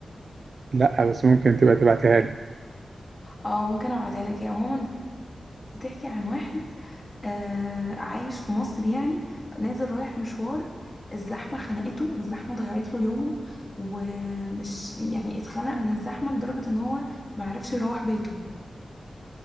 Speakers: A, on the right; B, on the left.
A: لا بس ممكن تبقى تبعتها لي
B: اه ممكن ابعتها لك هي عموما بتحكي عن واحد آه عايش في مصر يعني نازل رايح مشوار الزحمة خنقته والزحمة ضيعت له يومه ومش يعني اتخنق من الزحمة لدرجة ان هو معرفش يروح بيته